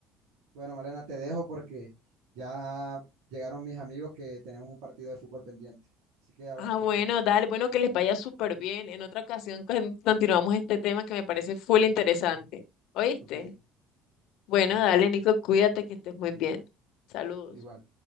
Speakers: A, on the right (about 80°); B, on the left (about 60°).
A: Bueno, Malena, te dejo porque ya llegaron mis amigos que tenemos un partido de fútbol pendiente. Así que hablamos
B: Ah, bueno,
A: después.
B: dale, bueno, que les vaya súper bien. En otra ocasión con- continuamos este tema que me parece full interesante. ¿Oíste?
A: Ok,
B: Bueno,
A: ok,
B: dale, Nico, cuídate que estés muy bien. Saludos.
A: igual.